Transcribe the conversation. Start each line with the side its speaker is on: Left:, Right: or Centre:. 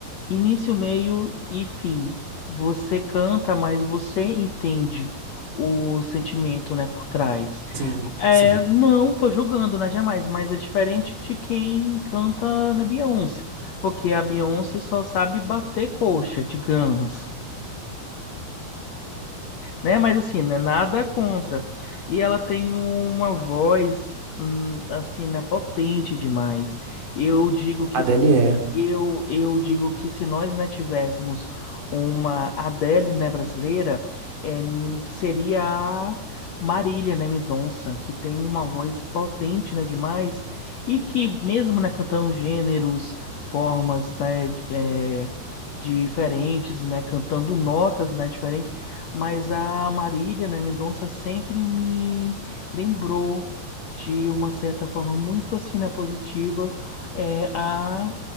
Left: Início, meio e fim. Você canta, mas você entende o sentimento, né, por trás.
Right: Sim,
Left: É,
Right: sim.
Left: não, tô julgando, né, jamais, mas é diferente de quem canta na Beyoncé, porque a Beyoncé só sabe bater coxa, digamos né? Mas assim, né? Nada contra. E ela tem uma voz, hum, assim, né? Potente demais. Eu digo que
Right: A Adele
Left: se-
Right: é.
Left: eu, eu digo que se nós, né, tivéssemos uma Adele, né, brasileira, eh, seria a Marília, né, Mendonça, que tem uma voz potente, né, demais e que mesmo, né, cantando gêneros, formas, né, de- eh, diferentes, né, cantando notas, né, diferentes mas a Marília, né, Mendonça sempre me lembrou de uma certa forma muito assim, né, positiva, é, a